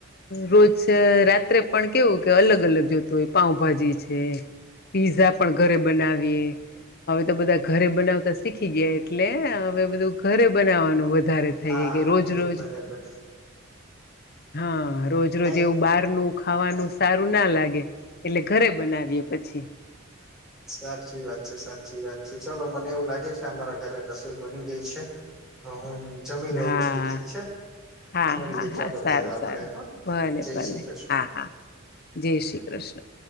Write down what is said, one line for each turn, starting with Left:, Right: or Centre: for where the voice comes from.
Left: રોજ અ રાત્રે પણ કેવું કે અલગ અલગ જોતું હોય પાઉભાજી છે પીઝા પણ ઘરે બનાવીએ હવે તો બધા ઘરે બનાવતા શીખી ગયા એટલે હવે બધું ઘરે બનાવવાનું વધારે વધારે થઈ
Centre: હા
Left: જાય કે રોજ
Centre: બધું
Left: રોજ
Centre: ઘરે બને
Left: હા રોજ રોજ
Centre: કઈ
Left: એવું બહારનું ખાવાનું સારું ના લાગે એટલે ઘરે બનાવીએ પછી
Centre: સાચી વાત છે સાચી વાત છે ચલો મને એવું લાગે છે અમારા ઘરે રસોઈ બની ગઈ છે હું જમી લઉં
Left: હા
Centre: છું ઠીક છે
Left: હા
Centre: મળીએ
Left: હા
Centre: ચાલો
Left: હા સારું
Centre: ત્યારે આપડે
Left: સારું
Centre: હા
Left: ભલે
Centre: જય
Left: ભલે
Centre: શ્રી કૃષ્ણ
Left: હા હા જય શ્રી કૃષ્ણ